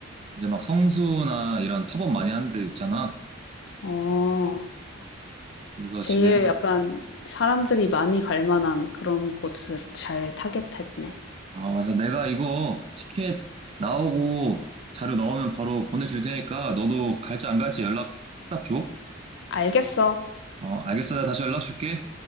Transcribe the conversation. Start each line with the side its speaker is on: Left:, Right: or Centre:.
Right: 이제 막 성수나 이런 팝업 많이 하는 데 있잖아.
Left: 어.
Right: 거기서
Left: 제일
Right: 진행할.
Left: 약간 사람들이 많이 갈 만한 그런 곳을 잘 타겟했네.
Right: 아, 맞아. 내가 이거 티켓 나오고 자료 나오면 바로 보내줄 테니까 너도 갈지 안 갈지 연락 딱 줘.
Left: 알겠어.
Right: 어, 알겠어. 내가 다시 연락 줄게.